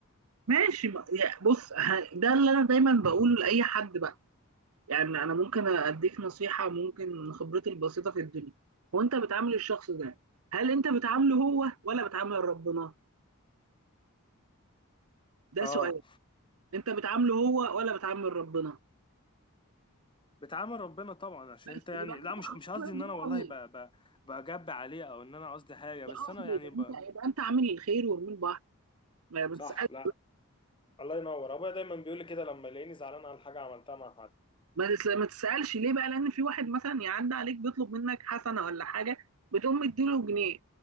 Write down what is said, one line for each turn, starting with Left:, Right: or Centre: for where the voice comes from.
Right: ماشي ما- يا- بص ه- ده اللي أنا دايما بقوله لأي حد بقى يعني أنا ممكن أديك نصيحة ممكن من خبرتي البسيطة في الدنيا وأنت بتعامل الشخص ده هل أنت بتعامله هو ولا بتعامل ربنا؟ ده
Left: اه
Right: سؤال أنت بتعامله هو ولا بتعامل ربنا؟
Left: بتعامل ربنا طبعا عشان
Right: بس
Left: انت يعني
Right: يبقى أنت
Left: لا مش
Right: خلاص
Left: مش قصدي
Right: مالكش
Left: ان انا
Right: دعوة
Left: والله
Right: بيه
Left: ب... ب... بجب عليه او ان انا قصدي حاجه بس
Right: مش
Left: انا
Right: قصدي
Left: يعني
Right: يبقى
Left: ب...
Right: أنت يبقى أنت عامل الخير والمين بعض ما بتسألش
Left: صح لا الله ينور ابويا دايما بيقول لي كده لما يلاقيني زعلان على حاجه عملتها مع حد
Right: ما تس- ما تسألش ليه بقى لأن في واحد مثلا يعدي عليك بيطلب منك حسنة ولا حاجة بتقوم مديله جنيه